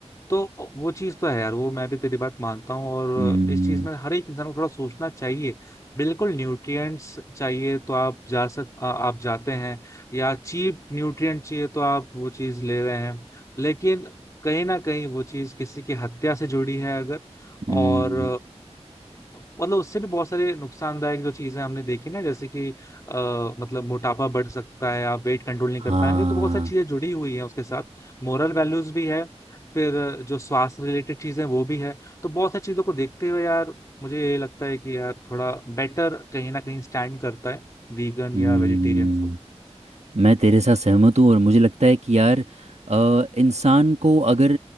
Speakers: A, on the left (about 30°); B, on the right (about 70°).
A: तो वो चीज तो है यार वो मैं भी तेरी बात मानता हूँ और
B: हम्म,
A: इस चीज में हर एक इंसान को थोड़ा सोचना चाहिए बिल्कुल न्यूट्रिएंट्स चाहिए तो आप जा सक आ, आप जाते हैं या चीप न्यूट्रिएंट चाहिए तो आप वो चीज ले रहे हैं लेकिन कहीं ना कहीं वो चीज किसी की हत्या से जुड़ी है अगर
B: हम्म,
A: और मतलब उससे भी बहुत सारे नुकसानदायक जो चीजें हमने देखी ना जैसे कि आ, मतलब मोटापा बढ़ सकता है आप वेट कंट्रोल नहीं कर
B: हाँ
A: पाएंगे तो बहुत सारी चीजें जुड़ी हुई हैं उसके साथ मोरल वैल्यूज भी है फिर अ, जो स्वास्थ्य रिलेटेड चीजें हैं, वो भी है तो बहुत सारी चीजों को देखते हुए यार मुझे ये लगता है कि यार थोड़ा बेटर कहीं ना कहीं स्टैंड करता है वीगन
B: हम्म
A: या वेजिटेरियन फूड
B: मैं तेरे साथ सहमत हूँ और मुझे लगता है कि यार अ, इंसान को अगर